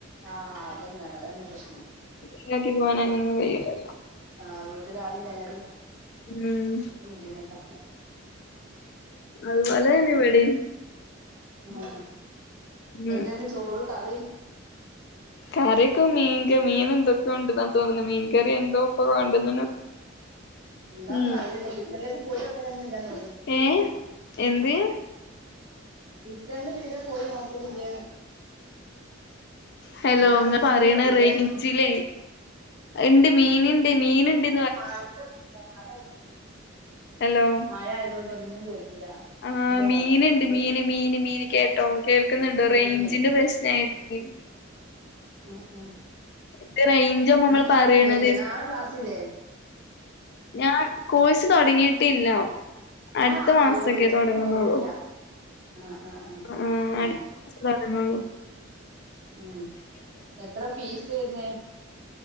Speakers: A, on the right; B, on the left.
A: ആഹ് അതന്നാണ് അതന്നെ പ്രശ്നം.
B: ഇല്ലാക്കിത് പോകാന അങ്ങനൊന്നും കയ്യൂലല്ലോ.
A: ആഹ് വീട്ടിലാളില്ലാഞ്ഞാല്
B: ഉം
A: ബുദ്ധിമുട്ടാ.
B: അത്പോലെന്നെ ഇവടിം.
A: ആ
B: ഉം
A: എന്തേന്ന് ചോറ് കറി.
B: കറിയൊക്കെ മീൻ്റെ മീന് എന്തൊക്കൊണ്ട്ന്ന തോന്ന്ണ മീൻ കറി എന്തോ ഇപ്പൊ കൊണ്ടന്ന്ണ്.
A: എന്താന്നും
B: ഉം
A: അറിയലില്ല കിച്ചണിലേക്ക് പോയോക്കലന്നെല്ല തോന്നുന്നു.
B: ഏഹ് എന്ത്.
A: കിച്ചൺല് തീരെ പോയി നോക്കലില്ലേ.
B: ഹലോ
A: എന്താ ഉള്ളതെന്നും
B: ഇങ്ങ പറയ്ണ
A: കൂടി അറിയൂലേന്ന്
B: റേഞ്ചിലേ ഉണ്ട് മീന്ണ്ട് മീന്ണ്ട്.
A: <unintelligible> ആയതോണ്ടേ.
B: ഹലോ
A: മയായതോണ്ട് ഒന്നും കേക്കൂല
B: ആഹ്
A: ഹലോ.
B: മീന്ണ്ട് മീന് മീന് മീന് കേട്ടോ കേൾക്കുന്നുണ്ടോ
A: മീന്
B: റേഞ്ചിന്റെ പ്രശ്നായിട്ടെ.
A: ഉം ഉം
B: ഇത് റേഞ്ചാ നമ്മൾ
A: ഇന്ന് ക്ലാസ്സ്ല്ലല്ലോ
B: പറയണത്
A: നാളെ ക്ലാസ്സ്ല്ലേ.
B: ഞാൻ കോഴ്സ് തുടങ്ങിയിട്ടില്ല. അടുത്ത
A: ആഹ്
B: മാസൊക്കെ
A: സോറി
B: തുടങ്ങുന്നുള്ളൂ
A: ഓർമ്മല്ല ആഹ് ആഹ് ആഹ്
B: മം
A: അങ്ങനെ
B: അടുത്ത മാസം തൊടങ്ങോള്ളു
A: മം എത്ര ഫീസ് വരുന്നെ